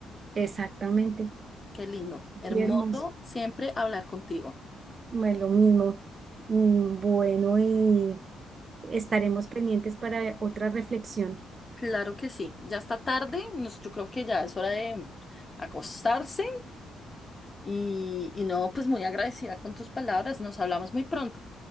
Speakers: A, on the right; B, on the left.
A: exactamente,
B: Qué lindo, hermoso
A: muy hermoso,
B: siempre hablar contigo.
A: bueno, lo mismo. Mm, Bueno, y estaremos pendientes para otra reflexión.
B: Claro que sí, ya está tarde, nos- yo creo que ya es hora de acostarse y, y no, pues muy agradecida con tus palabras, nos hablamos muy pronto.